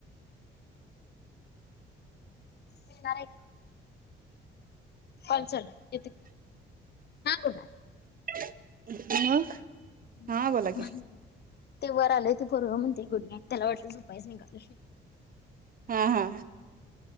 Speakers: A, on the left; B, on the right.
A: येणारा आहे. काँल चालूय येते हा बोला ना.
B: मग?
A: ह
B: हा
A: ह
B: बोला
A: <unintelligible>
B: की
A: ते वर आले ते पोरगं म्हणते गुड नाईट त्याला वाटलं झोपायच निघालोय.
B: हा हा